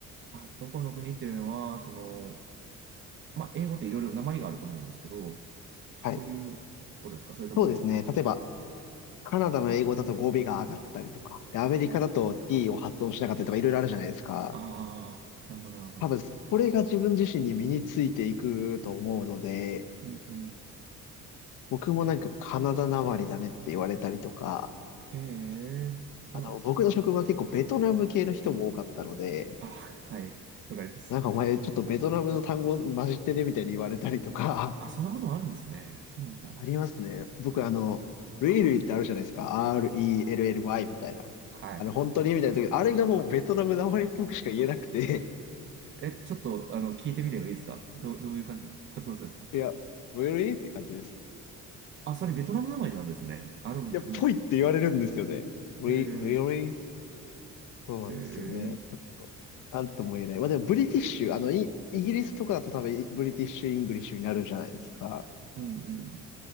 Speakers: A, on the right; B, on the left.
A: あ、どこの国っていうのは、その、まあ、英語っていろいろ訛りがあると思うんですけど、そういうことですかそれとも、
B: はい。そうですね。例えば、
A: あ、
B: カナダの英語だと語尾が上がったりとか、で、アメリカだと
A: へえ、
B: t を発音しなかったりとかいろいろあるじゃないですか。
A: ああ、なるほど、なるほど。
B: 多分、それが自分自身に身についていくと思うので、
A: うんうん。
B: 僕もなんかカナダなまりだねって言われたりとか、
A: へえ、そうなんですね。
B: あと僕の職場は結構ベトナム系の人も多かったので、
A: あ、はい。わかります。
B: なんかお前ちょっとベトナムの単語混じってねみたいに言われたりとか、
A: あ、そんなこともあるんですね。そうなんだ。
B: <laughs> ありますね。僕あの、ルイルイってあるじゃないですか。RELLY みたいな。
A: はい。
B: あの、本当にみたいな時、あれがもうベトナムなまりっぽくしか言えなくて
A: え、ちょっと、あの、聞いてみてもいいですかどう、どういう感じ発音するんですか
B: いや、really? って感じです。
A: あ、それベトナム名前なんですね。あ、でも、うん。
B: いや、ぽいって言われるんですよね。Re-
A: へえ、
B: really? そうなんですよね。
A: へえ、う
B: ちょっと、
A: ん
B: なんとも言えない。まあでも、ブリティッシュ、あの、イ、イギリスとかだと多分、ブリティッシュ・イングリッシュになるじゃないですか。
A: うん。